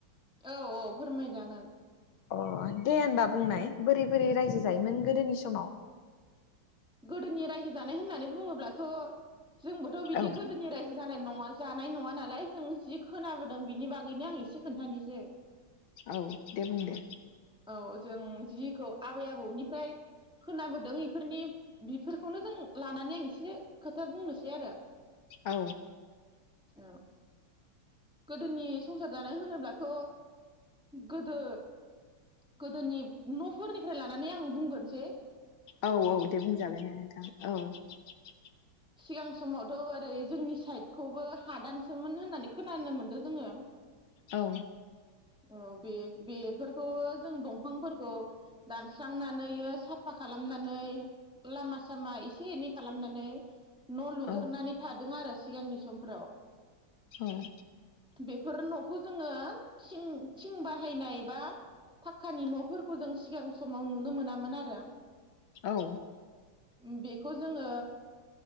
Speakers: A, in the centre; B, on the left.
A: औ औ फोरमायजागोन।
B: अ दे होनबा बुंनाय। बोरै बोरै रायजो जायोमोन गोदोनि समाव
A: गोदोनि रायजो जानाय होननानै बुङोब्ला थ' जोंबोथ' बिदि
B: औ
A: गोदोनि रायजो जानाय नङा जानाय नङा नालाय जों जि खोनाबोदों बिनि बागैनो आं एसे खोन्थानिसै।
B: औ दे बुं दे
A: औ जों जिखौ आबै आबौनिफ्राय खोनाबोदों इफोरनि बिफोरखौनो जों लानानै आं एसे खोथा बुंनोसै आरो।
B: औ
A: औ गोदोनि संसार जानाय होनोब्लाथ' गोदो गोदोनि न'फोरनिफ्राय लानानै आं बुंगोरनोसै।
B: औ औ दे बुंजागोन दे नोंथां औ।
A: सिगां समावथ' ओरै जोंनि साइडखौबो हादानसोमोन होननानै खोनानो मोनदों जोङो।
B: औ
A: औ बे-बेफोर खौवो जों दंफांफोरखौ दानस्रांनानैयो साफा खालामनानै लामा सामा एसे एनै खालामनानै न' लुगोरनानै
B: औ
A: था दों आरो सिगांनि समफ्राव।
B: औ।
A: बेफोर न'खौ जोङो थिं थिं बाहायनाय बा फाकानि न'फोरखौ जों सिगां समाव नुनो मोनामोन आरो।
B: औ।
A: बेखौ जोङो